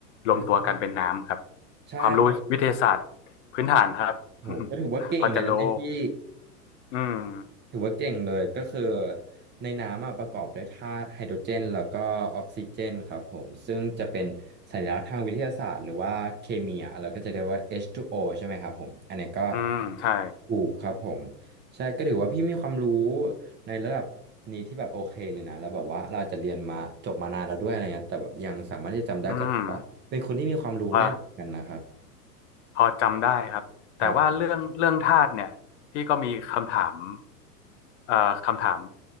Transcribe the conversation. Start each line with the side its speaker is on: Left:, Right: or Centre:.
Left: รวมตัวกันเป็นน้ำครับ
Right: อ่าใช่ครับ
Left: ความรู้วิทยาศาสตร์พื้นฐานครับ
Right: โหก็ถือว่าเก่งเลยนะเนี่ยพี่
Left: <laughs> พอจะรู้ อืม
Right: ถือว่าเก่งเลยก็คือในน้ำอะประกอบด้วยธาตุไฮโดรเจนแล้วก็ออกซิเจนครับผมซึ่งจะเป็นสัญลักษณ์ทางวิทยาศาสตร์หรือว่าเคมีอะเราก็จะเรียกว่า H2O ใช่ไหมครับผมอันนี้ก็
Left: อืมใช่
Right: ถูกครับผมใช่ก็ถือว่าพี่มีความรู้ในระดับนี้ที่แบบโอเคเลยนะแล้วแบบว่าเราอาจจะเรียนมาจบมานานแล้วด้วยอะไรเงี้ยแต่แบบยังสามารถที่จะจำได้ก็ถือว่าเป็นคนที่มีความรู้แน่นกันนะครับ
Left: อืมอ่า พอจำได้ครับแต่ว่าเรื่องเรื่องธาตุเนี่ยพี่ก็มีคำถาม
Right: ครับผม
Left: เอ่อคำถาม